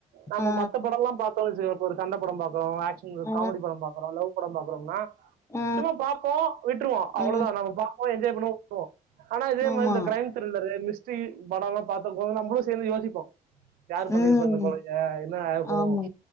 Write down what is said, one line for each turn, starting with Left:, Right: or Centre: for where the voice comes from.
Right: நம்ம
Left: ஆ
Right: மத்த படோல்லா பாத்தோன்னு வெச்சக்கங்க இப்ப ஒரு சண்ட படோ பாக்குறோ ஆக்ஷ் உங்களுக்கு
Left: ஆ
Right: காமடி படோ பாக்கறோ லவ் படோ பாக்கறோன்னா
Left: ஆ
Right: சும்மா பாப்போ உட்ருவோ அவளதா
Left: ஆ ஆ
Right: நம்ம பாப்போ என்ஜாய் பண்ணுவோ உட்ருவோ ஆனா இதே
Left: ஆமா
Right: மாரி இந்த கிரைம் த்ரில்லரு மிஸ்டரி படோல்லா பாக்கும்போது நம்மளும் சேந்து யோசிப்போ யாரு பண்ணிருப்பா
Left: ம்
Right: இந்த கொலய என்ன ஆயிருக்கும்
Left: ஆமா